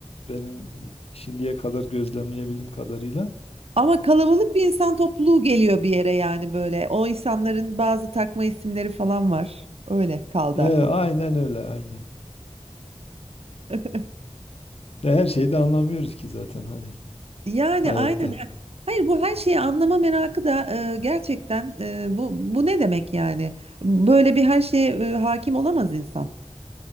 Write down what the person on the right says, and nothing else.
ama kalabalık bir insan topluluğu geliyor bir yere yani böyle. O insanların bazı takma isimleri falan var. Öyle kaldı
aklım.
<laughs>
Yani
aynen. Hayır bu her şeyi anlama merakı da e, gerçekten e, bu bu ne demek yani? Böyle bir her şeye e, hakim olamaz insan.